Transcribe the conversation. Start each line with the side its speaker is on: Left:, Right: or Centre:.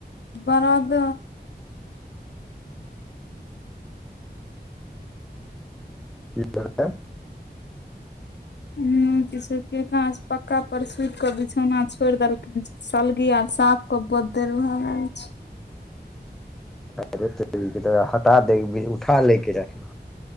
Left: बरद
Centre: की केलके <inaudible>
Left: उंह किशू पक्का पर सुति के बिछौना छोड़ि देलखिन। सलगी आर साफ क देलो हैज
Centre: <unintelligible> हटा दै के उठा लै के रहा